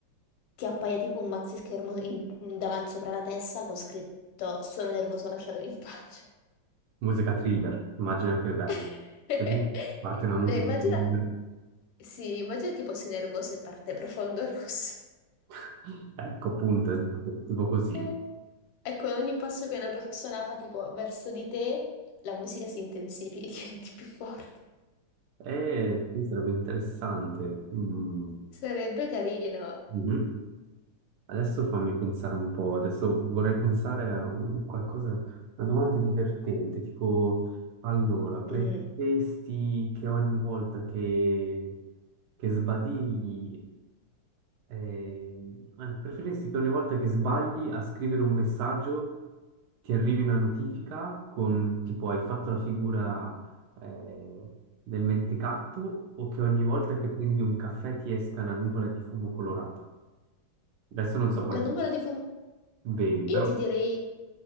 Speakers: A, on the left (about 80°); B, on the right (about 80°).
A: ti appaia tipo un maxi schermo in- davanti sopra la testa con scritto Sono nervoso, lasciatemi in pace.
B: Musica thriller, immagina che bello.
A: <laughs>
B: E lì parte una musica
A: No, immagina,
B: thriller.
A: sì, immagina tipo sei nervoso e parte profondo <laughs> rosso.
B: <laughs> Ecco, appunto, esatto, tipo così.
A: Eh, Ecco, ogni passo che una persona fa tipo verso di te, la musica si intensifica <laughs> e diventi più forte.
B: Eh, sì, sarebbe interessante. Mm.
A: Sarebbe carino.
B: Mhm. Adesso fammi pensare un po', adesso vorrei pensare a un- qualcosa, una domanda divertente, tipo, allora, preferiresti
A: Mm.
B: che ogni volta che, che sbadigli, eh, eh, preferiresti che ogni volta che sbagli a scrivere un messaggio ti arrivi una notifica con, tipo, hai fatto la figura, eh, del mentecatto o che ogni volta che prendi un caffè ti esca una nuvola di fumo colorata? Adesso non so quanti...
A: La nuvola di fumo...
B: Bevi
A: Io
B: però.
A: ti direi...